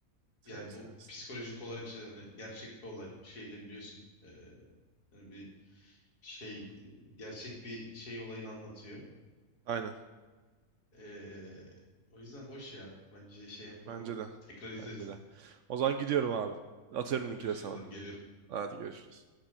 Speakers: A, on the right; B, on the left.
A: Severiz
B: Yani bu
A: kendisini.
B: psikolojik olarak işte hani gerçek bir olay. Şey de biliyorsun. e, hani bir şey e, gerçek bir şey olayını anlatıyor.
A: Aynen.
B: E, o yüzden hoş ya. Bence şey yapılmalı.
A: Bence de.
B: Tekrar izleriz.
A: Bence de. O zaman gidiyorum abi. Atıyorum
B: Görüşürüz
A: linki de sana.
B: abi. Gelirim.
A: Hadi görüşürüz.